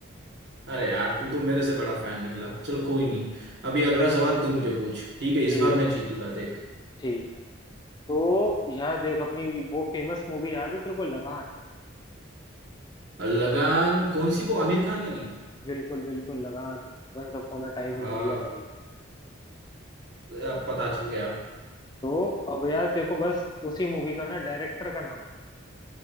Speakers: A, on the right; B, on the left.
A: अरे यार तू तो मेरे से बड़ा फैन निकला चल कोई
B: बिल्कुल।
A: नहीं अभी अगला सवाल तू मुझे पूछ ठीक है इस
B: ठीक
A: बार मैं
B: है
A: जीतूंगा देख
B: ठीक है तो यार देख अपनी वो फेमस मूवी याद है तेरे को लगान
A: लगान कौन सी वो आमिर खान वाली
B: बिल्कुल बिल्कुल Lagaan once upon a time
A: हाँ
B: in India वाली
A: अब पता चल गया
B: तो अब यार तेरे को बस उसी मूवी का ना डायरेक्टर का नाम